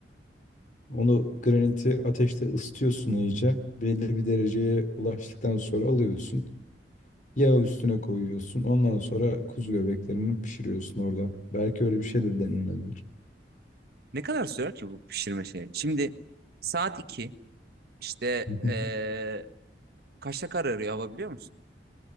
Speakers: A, on the left; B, on the right.
A: Onu graniti ateşte ısıtıyorsun iyice. Belli bir dereceye ulaştıktan sonra alıyorsun. Yağ üstüne koyuyorsun. Ondan sonra kuzu göbeklerini pişiriyorsun orada. Belki öyle bir şey de denilebilir.
B: Ne kadar sürer ki bu pişirme şeyi? Şimdi saat 2 işte
A: <laughs> Hı hı.
B: e, kaçta kararıyor hava biliyor musun?